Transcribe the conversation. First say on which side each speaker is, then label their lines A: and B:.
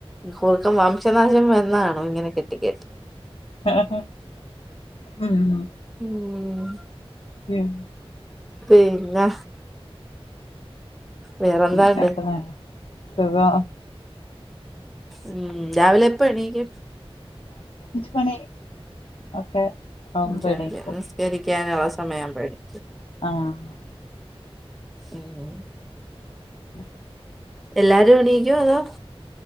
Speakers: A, in the centre; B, on the left.
A: കുറുക്കൻ വ ശനാശം വന്നാണോ ഇങ്ങനെ കെട്ടിക്കെട്ടി
B: ഉം ഉം
A: ഉം
B: ഉം
A: പിന്നെ വേറെന്താണ്ട്
B: പിന്നെപ്ന സുഖം
A: ഉം രാവിലെ എപ്പ എണീക്കു
B: പണി ഒക്കെ ആവുമ്പോ
A: <unintelligible>
B: എണീക്കും
A: നിസ്കരിക്കാന അവ സമയം മ്പ നീ
B: ആഹ
A: ഉം
B: <unintelligible>
A: എല്ലാരും എണീക്കോ അതോ